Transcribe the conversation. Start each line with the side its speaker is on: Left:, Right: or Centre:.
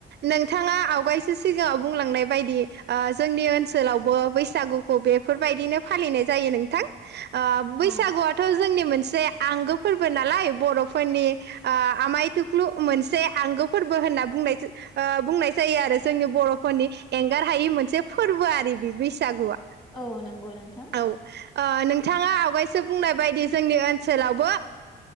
Right: नोंथाङा आवगायसो सिगाङाव बुंलांनाय बायदि ओ जोंनि ओनसोलावबो बैसागुखौ बेफोरबायदिनो फालिनाय जायो नोंथां। ओ बैसागुआथ'
Left: औ
Right: जोंनि मोनसे मोनसे आंगो फोरबो नालाय बर'फोरनि ओ आमाय थुख्लु मोनसे आंगो फोरबो होनना बुंनाय ओ बुंनाय जायो आरो जोंनि बरफोरनि एंगार हायि मोनसे फोरबो आरि बे बैसागुआ।
Left: औ नंगौ नोंथां।
Right: औ ओ नोंथाङा आवगायसो बुंनाय बायदि जोंनि ओनसोलावबो